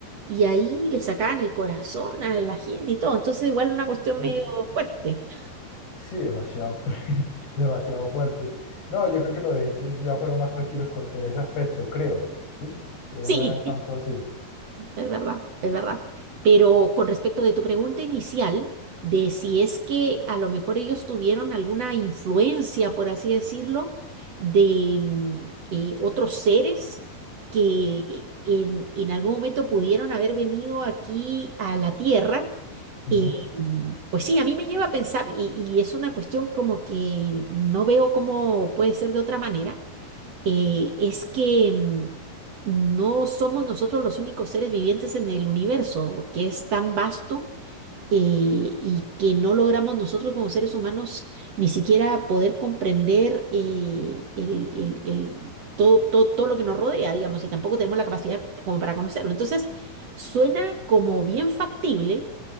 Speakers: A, on the right (about 50°); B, on the left (about 80°).
A: y ahí le sacaban el corazón a la gente y todo. Entonces, igual una cuestión
B: Uy,
A: medio
B: no.
A: fuerte. <laughs>
B: Sí, demasiado fuerte, <laughs> demasiado fuerte. No, yo creo que los egipcios ya fueron más tranquilos con en ese aspecto, creo, ¿sí? Ellos
A: Sí.
B: no eran tanto así.
A: Es verdad, es verdad. Pero con respecto de tu pregunta inicial, de si es que a lo mejor ellos tuvieron alguna influencia, por así decirlo, de mm, eh, otros seres que en, en algún momento pudieron haber venido aquí a la Tierra,
B: <clears throat>
A: eh, mm, pues sí, a mí me lleva a pensar, y, y es una cuestión como que no veo cómo puede ser de otra manera eh, es que mm, no somos nosotros los únicos seres vivientes en el universo, que es tan vasto eh, y que no logramos nosotros como seres humanos ni siquiera poder comprender eh, el, el- el- todo, todo, todo lo que nos rodea, digamos, y tampoco tenemos la capacidad como para conocerlo. Entonces, suena como bien factible.